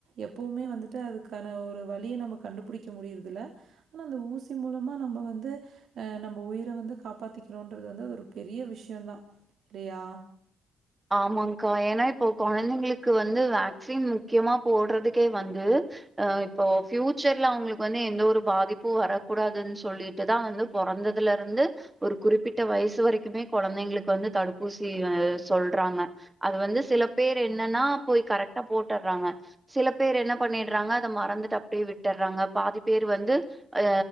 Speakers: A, on the right (about 65°); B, on the right (about 15°).
A: எப்பவுமே வந்துட்டு அதுக்கான ஒரு வழிய நம்ப கண்டுபுடிக்க முடியற் இதுல ஆனா அந்த ஊசி மூலமா நம்ப வந்து அ நம்ப உயிர வந்து காப்பாத்திக்கிறோன்றது வந்து அது ஒரு பெரிய விஷ்யோந்தா ரியா
B: ஆமாங்க்கா ஏன்னா இப்போ கொழந்தைங்க்ளுக்கு வந்து வேக்ஸின் முக்கியமா போட்றதுக்கே வந்து அ இப்போ ஃப்யூச்சர்ல அவுங்ளுக்கு வந்து எந்த ஒரு பாதிப்பு வரக்கூடாதுன் சொல்லிட்டுதா வந்து பொறந்ததுலருந்து ஒரு குறிப்பிட்ட வய்சு வரைக்குமே கொழந்தைங்ளுக்கு வந்து தடுப்பூசி ஆ சொல்றாங்க அது வந்து சில பேர் என்னன்னா போய் கரெக்டா போட்டுற்றாங்க சில பேர் என்ன பண்ணிடுறாங்க அத மறந்துட்டு அப்டியே விட்டுற்றாங்க பாதி பேர் வந்து ஆ